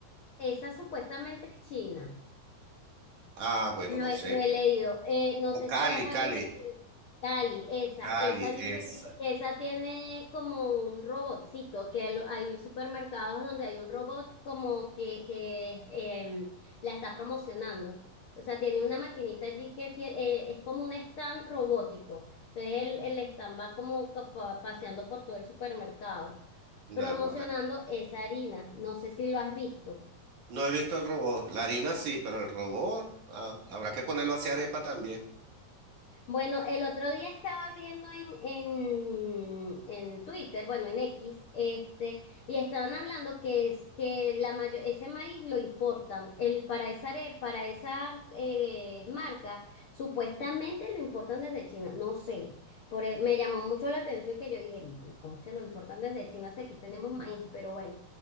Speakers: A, on the left (about 75°); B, on the right (about 60°).
A: Esa supuestamente es china.
B: Ah, bueno,
A: Lo
B: no
A: he,
B: sé.
A: lo he leído. Eh, no
B: O
A: sé si
B: Cali,
A: has
B: Cali.
A: investigado. Cali, esa,
B: Cali,
A: esa dicen
B: esa,
A: que, se- que esa tiene como un robotcito, que lo- hay supermercados donde hay un robot como que, que em, la está promocionando. O sea, tiene una maquinita allí que tie- eh, es como un stand robótico. Entonces el, el stand va como ca- pa- paseando por todo el supermercado.
B: naguará.
A: promocionando esa harina. No sé si lo has visto.
B: No he visto el robot. La harina sí, pero el robot ah, habrá que ponerlo hacia arepa también.
A: Bueno, el otro día estaba viendo en, en, en Twitter, bueno, en X, este, y estaban hablando que es que la mayo- ese maíz lo importan. El, para esa, are- para esa eh, marca, supuestamente lo importan desde China. No sé. Por, e- me llamó mucho la atención que yo dije, ¿cómo que lo importan desde China si aquí tenemos maíz? Pero bueno,